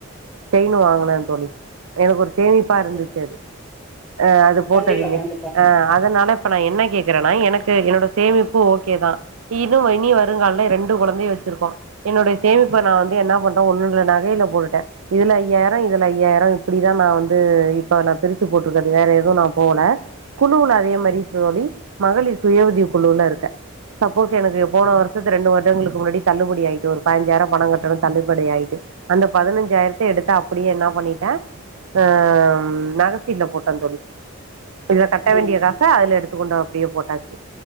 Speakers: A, on the right; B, in the centre.
A: செயினு வாங்குனே தோழி எனக்கு ஒரு சேமிப்பா இருந்துச்சு
B: சரி
A: அது ஆ அது போட்டதுமே
B: கண்டிப்பா கண்டிப்பா
A: அ அதனால இப்ப நா என்ன கே கேக்குறேனா எனக்கு என்னோட சேமிப்பு ஓகேதா இன்னு இனி வருங்கால ரெண்டு கொழந்தய வச்சுருக்கோ என்னுடைய சேமிப்பு நா வந்து என்ன பண் ஒண்ணுன்ற நகையில போட்டுட்டே இதுல ஐயாயிரோ இதுல ஐயாயிரோ இப்டிதா நா வந்து இப்ப நா பிரிச்சு போட்டு இருக்குறது வேற எதுவு நா போல குழுவுல அதே
B: ம்
A: மாரி தோழி மகளிர் சுய உதவி குழுல இருக்கே சப் போட் எனக்கு போன
B: ம்
A: வருஷத்து ரெண்டு வருடங்களுக்கு முன்னாடி தள்ளுபடி ஆயிட்டு ஒரு பாஞ்சாயிரோ பணோ கட்டணு தள்ளுபடி படி ஆயிட்டு அந்த பதினஞ்சாயிரத்த எடுத்து அப்புடியே என்ன பண்ணிட்டே அம் நக சீட்ல போட்ட தோழி இதுல கட்ட
B: ம்
A: வேண்டிய
B: ம்
A: காச அதுல எடுத்துக் கொண்டு அப்புடியே போட்டாச்சு